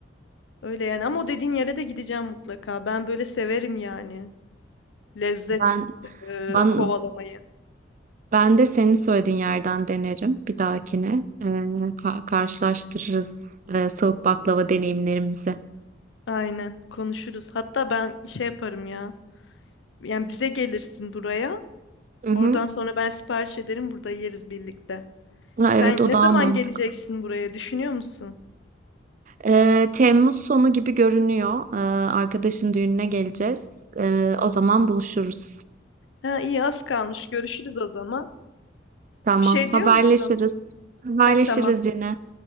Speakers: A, on the left; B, on the right.
A: Öyle yani. Ama o dediğin yere de gideceğim mutlaka. Ben böyle severim yani. lezzet
B: Ben
A: e,
B: ben
A: kovalamayı.
B: ben de senin söylediğin yerden denerim bir dahakine. Ee, ka- karşılaştırırız e, soğuk baklava deneyimlerimizi.
A: Aynen konuşuruz. Hatta ben şey yaparım ya. Yani bize gelirsin buraya.
B: Hı hı.
A: Oradan sonra ben sipariş ederim burada yeriz birlikte.
B: Ha,
A: Sen
B: evet o
A: ne
B: daha
A: zaman
B: mantıklı.
A: geleceksin buraya düşünüyor musun?
B: Ee, Temmuz sonu gibi görünüyor. Ee, arkadaşın düğününe geleceğiz. Ee, o zaman buluşuruz.
A: Ha iyi az kalmış. Görüşürüz o zaman.
B: Tamam,
A: Bir şey
B: haberleşiriz.
A: diyor musun?
B: Haberleşiriz
A: Ha tamam.
B: yine.